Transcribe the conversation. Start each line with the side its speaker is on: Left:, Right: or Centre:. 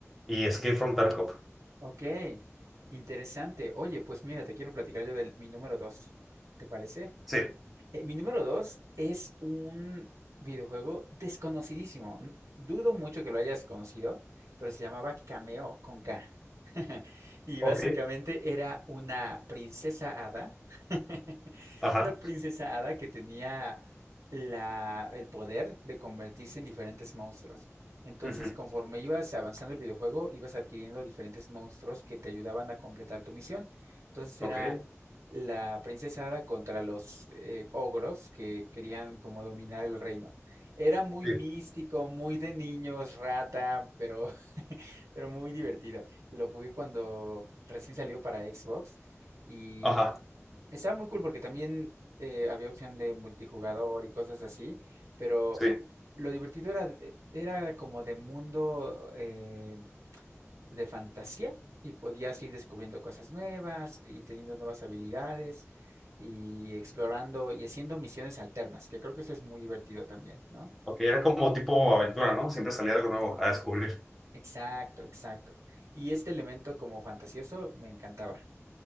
Centre: y Escape
Right: Mm,
Centre: from Tarkov.
Right: ok, interesante. Oye, pues mira, te quiero platicar yo de mi número dos. ¿Te parece?
Centre: Sí.
Right: Eh, mi número dos es un videojuego desconocidísimo. N- Dudo mucho que lo hayas conocido, pero se llamaba Cameo con K. <laughs> Y
Centre: Ok,
Right: básicamente era una princesa hada, <laughs>
Centre: Ajá.
Right: una princesa hada que tenía la- el poder de convertirse en diferentes monstruos. Entonces,
Centre: Ujú.
Right: conforme ibas avanzando el videojuego, ibas adquiriendo diferentes monstruos que te ayudaban a completar tu misión. Entonces era
Centre: Ok.
Right: la princesa Hada contra los eh, ogros que querían como dominar el reino. Era muy
Centre: sí.
Right: místico, muy de niños, rata, pero, <laughs> pero muy divertido. Lo jugué cuando recién salió para Xbox y
Centre: Ajá.
Right: estaba muy cool porque también eh, había opción de multijugador y cosas así, pero
Centre: Sí.
Right: lo divertido era, eh, era como de mundo... eh, de fantasía y podías ir descubriendo cosas nuevas y teniendo nuevas habilidades y explorando y haciendo misiones alternas, que creo que eso es muy divertido también, ¿no?
Centre: Ok, era como tipo aventura, ¿no? Siempre salía algo nuevo a descubrir.
Right: Exacto, exacto. Y este elemento como fantasioso me encantaba.